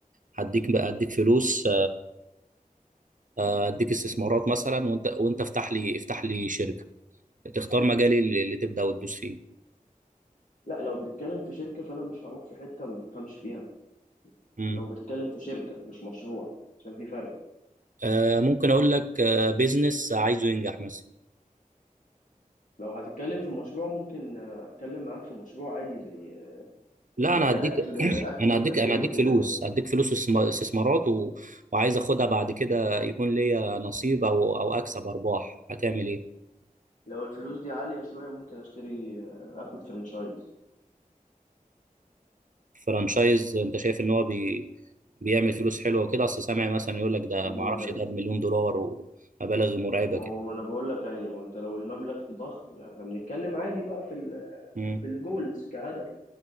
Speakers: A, on the right; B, on the left.
A: هديك بقى هديك فلوس آه، اديك استثمارات مثلا وانت وانت افتح لي افتح لي شركه تختار مجالي اللي اللي تبدا وتدوس فيه
B: لا لو بتتكلم في شركة فأنا مش هروح في حتة ما بفهمش فيها
A: مم.
B: لو بتتكلم في شركة مش مشروع عشان في فرق
A: آه، ممكن اقول لك آه، بيزنس عايزه ينجح مثلا
B: لو هتتكلم في مشروع ممكن آه، أتكلم معاك في مشروع عادي زي
A: لا
B: زي
A: انا هديك
B: أكل
A: <clears throat>
B: أكل
A: انا
B: وكافيه
A: هديك انا هديك
B: وكده
A: فلوس
B: يعني
A: هديك فلوس استثم- استثمارات و... وعايز اخدها بعد كده يكون ليا نصيب او او اكسب ارباح هتعمل ايه
B: لو الفلوس دي عالية شوية ممكن أشتري آه، أخد فرنشايز
A: فرانشايز انت شايف ان هو بي... بيعمل فلوس حلوه وكده اصل سامع مثلا يقول لك ده
B: جدا
A: ما اعرفش ده بمليون دولار ومبالغ مرعبه
B: ما
A: كده
B: هو ما أنا بقول لك يعني ما هو أنت لو المبلغ ضخم لا، احنا بنتكلم عادي بقى في ال
A: مم.
B: في الجولز كهدف